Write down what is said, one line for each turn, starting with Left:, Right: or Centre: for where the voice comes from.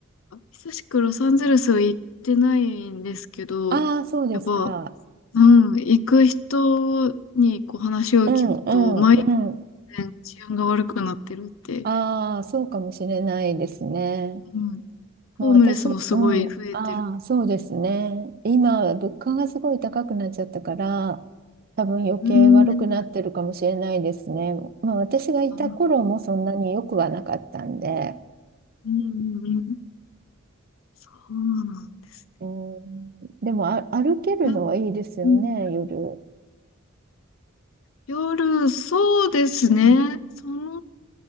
Left: 久しくロサンゼルスは行ってないんですけど、
Right: ああ、そうですか。
Left: やっぱ、うん、行く人にこう話を聞くと、
Right: うん、うん、
Left: 毎
Right: うん。
Left: 全然治安が悪くなってるって。
Right: ああ、そうかもしれないですね。
Left: うん。ホームレスもすごい増えてる
Right: もう私、うん、ああ、そうですね。
Left: っていう。
Right: 今、物価がすごい高くなっちゃったから、多分余計悪くなってるかもしれないですね。
Left: うーん。
Right: まあ、私がいた頃もそんなに良くはなかったんで、
Left: あの、うんうんうん。そうなんです
Right: うん、でもあ、歩けるのはいいですよね、
Left: ね。うん。
Right: 夜。
Left: 夜、そうですね。
Right: うん
Left: その、